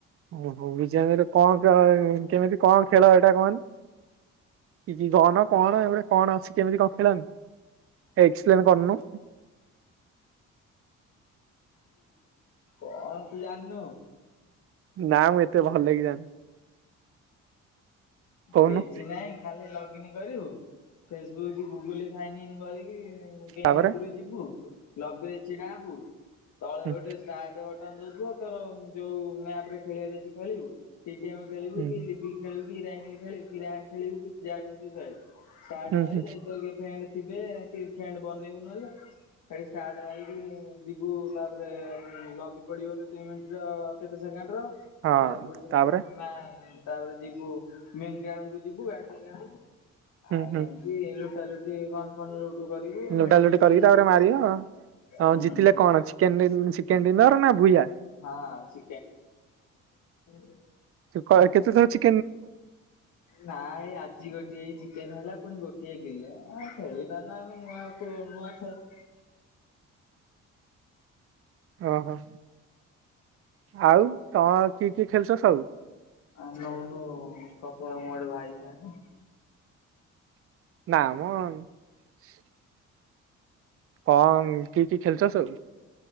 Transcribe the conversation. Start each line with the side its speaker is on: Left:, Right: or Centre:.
Right: ଓହୋ ବିଜଭାଇ ର କଣ କେମିତି କଣ ଖେଳ ଏଇଟା କହନି। କିଛି ଧନ କଣ ଏଗୁଡା କଣ ଅଛି। କେମିତି କଣ ଖେଳନ୍ତିି? ଏକ୍ସପ୍ଲେନ୍ କରନୁ।
Left: କଣ ତୁ ଜାଣନୁ?
Right: ନା ମୁ ଏତେ ଭଲ କି ଜାଣିନି। କହୁନୁ
Left: କିଛି ନହିଁ ଖାଲି ଲଗ୍ ଇନୀ କରିବୁ ଫେସବୁକ୍ ଗୁଗୁଲରେ ସାଇନ ଇନ୍ କରିକି ଗେମ୍
Right: ତାପରେ
Left: ଭିତରକୁ ଯିବୁ ଲବେ ଛିଡ଼ା ହବୁ ତଳେ
Right: ହୁଁ
Left: ଗୋଟେ ଷ୍ଟାର୍ଟ ବଟ୍ ଦୋକାନ ଦଉଥୁ ତୋର ଯୋଉ ମ୍ୟାପ ରେ ଖେଳିବାର ଅଛି ଖେଳିବୁ। ଟିଡିମ କଳିବ
Right: ହୁଁ
Left: କି ଲିିବିଲି କଳିବ କିଙ୍ଗ ଖେଳିବୁ କି ରାଙ୍ଗ୍ ଖେଳିବୁ ତୁ ଯାହା ଖେଳୁଚୁ ଖେଳେ। ଷ୍ଟାର୍ଟ
Right: ହୁଁ
Left: ମାରି
Right: ହୁଁ
Left: ଏ ଯାଇ ତ ଇଏ ଫ୍ରେଣ୍ଡ୍ ଥିବେ କି ଫ୍ରେଣ୍ଡ୍ ବନେଇବୁ ନହେଲେ। ଖାଲି ଷ୍ଟାର୍ଟ ମାରିକି-ଇ-ଇ-ଇ ଯିବୁ ତାପରେ-ଏ-ଏ-ଏ ଲବି ପଡ଼ିବ କେତେ ମିନିଟ୍ ର-ଅ-ଅ-ଅ କେତେ ସେକେଣ୍ଡର
Right: ହଁ
Left: ତା ବି ପଢି ସାରିଲା
Right: ତାପରେ
Left: ପରେ ମା ତାପରେ ଯିବୁ ମେନ୍ ଗ୍ରାଉଣ୍ଡ୍ କୁ ଯିବୁ ଆ <unintelligible> ଆଣିବୁ।
Right: ହୁଁ
Left: ଆଉ
Right: ହୁଁ
Left: ଏମିତି-ଇ-ଇ <unintelligible> ଟିକେ ଗନ୍ ଫନ୍ ଲୁଟ୍ ତୁ କରିବୁ
Right: ଲୁଟା
Left: ମେଡିକେଟ
Right: ଲୁଟି
Left: ଲୁଟିବୁ।
Right: କରିକି ତାପରେ ମାରିବ ହଁ
Left: ହୁମ
Right: ଜିତିଲେ କଣ ଚିକେନ ଡିନ ଚିକେନ ଡିନର ନା ଭୂୟା
Left: ହଁ <unintelligible>
Right: ତୁ କ କେତେଥର ଚିକ୍
Left: ନାଇଁ ଆଜି ଗୋଟିଏ ହେଇଛି, ନ ହେଲେ ପୁଣି ଗୋଟିଏ କିଲେ ଆ ଖେଳ ପାର ନା ଆମେ ନୂଆ ନୂଆ ଖେଳ
Right: ଓହୋ ଆଉ ତମର କିଏ କିଏ ଖେଳୁଛ ସବୁ
Left: ଆ ନ ଉନୁ ମୁଁ ଗୋଟେ ଭାଇ ସାଙ୍ଗେ
Right: ନାମ କଣ କି କି ଖେଳଛ ସବୁ